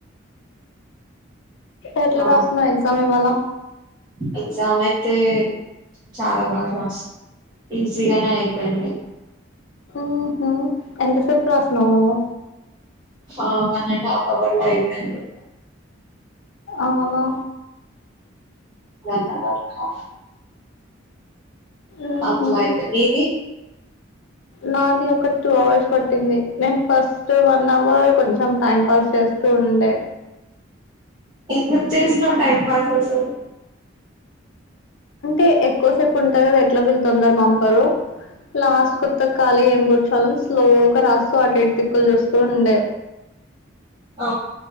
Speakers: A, on the left; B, on the right.
A: ఎట్ల
B: ఆ
A: రాసినవ్ ఎగ్జామ్ ఇవాళ?
B: ఎగ్జామ్ అయితే, చాలా బాగ రాసిన. ఈజీగానే అయిపోయింది.
A: మ్ హు ఎంతసేప్ రాసినావ్ నువ్వు?
B: ఆ వన్ అండ్ హాఫ్ అవర్ లో అయిపోయింది.
A: అవునా
B: వన్ అవర్ హాఫ్
A: ఊహూ.
B: అట్లయితే నీది
A: నాది ఒక టూ అవర్స్ పట్టింది. నేను ఫస్ట్ వన్ అవర్ కొంచ చం టైం పాస్ చేస్తూ ఉండే.
B: ఎందుకు చేసినావ్ టైమ్ పాస్ అసలు?
A: ఎ ఎక్కువసేపు ఉంటా కదా, ఎట్లా వీళ్ళు తొందర పంపరు లాస్ట్ కొత్త కాలియే. నేన్ చాలా స్లోగా రాస్తూ, అటు ఇటు దిక్కులు చూస్తూ ఉండే.
B: ఆ